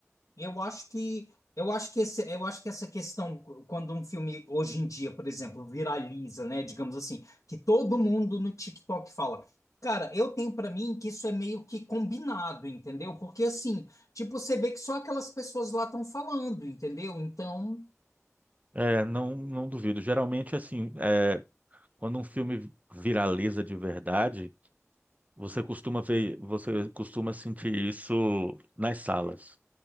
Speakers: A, on the left; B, on the right.
A: Eu acho que eu acho que esse, eu acho que essa questão quando um filme hoje em dia, por exemplo, viraliza, né, digamos assim, que todo mundo no TikTok fala. Cara, eu tenho pra mim que isso é meio que combinado, entendeu? Porque assim, tipo, você vê que só aquelas pessoas lá estão falando, entendeu? Então,
B: É, não, não duvido. Geralmente, assim, é, quando um filme viraliza de verdade, você costuma ver, você costuma sentir isso nas salas.